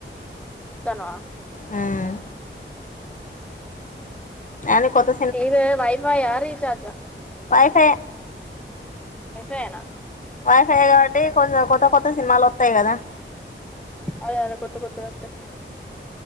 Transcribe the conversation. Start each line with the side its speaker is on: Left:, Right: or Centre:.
Centre: ఉతన
Left: హ్మ్ అన్ని కొత్త
Centre: టీవీ వైఫై ఆ రీచార్జా
Left: వై ఫై యే
Centre: వై ఫై యేనా
Left: వైఫై యే కాబట్టి కొంచెం కొత్త కొత్త సినిమాలు వత్తాయి కదా
Centre: అదే అదే కొత్త కొత్తయి వత్తాయి